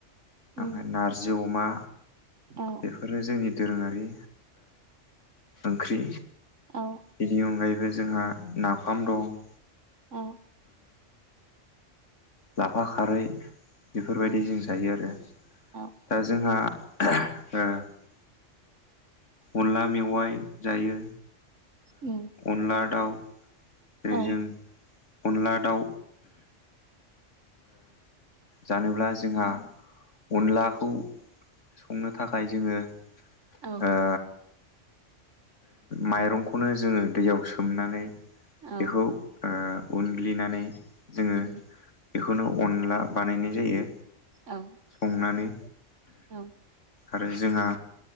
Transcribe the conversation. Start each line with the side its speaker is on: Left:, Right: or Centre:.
Right: उम
Left: ओमफ्राय नारजि अमा
Right: औ
Left: बेफोरो जोंनि दोरोङारि ओंख्रि
Right: औ
Left: बेनि अनगायैबो जोंहा नाफाम दं
Right: औ
Left: लाफा खारै बेफोरबायदिजों
Right: उम
Left: जायो आरो
Right: औ
Left: दा जोंहा <inaudible> अनला मेवाइ जायो,
Right: उम
Left: अनला दाउ जेरै
Right: औ
Left: जों अनला दाउ जानोब्ला जोंहा अनलाखौ संनो थाखाय जोङो
Right: औ
Left: ओ माइरंखौनो जोङो दैयाव सोमनानै
Right: औ
Left: बेखौ उनग्लिनानै जोङो
Right: उम
Left: बेखौनो अनला बानायनाय जायो
Right: औ
Left: संनानै
Right: औ
Left: आरो जोंहा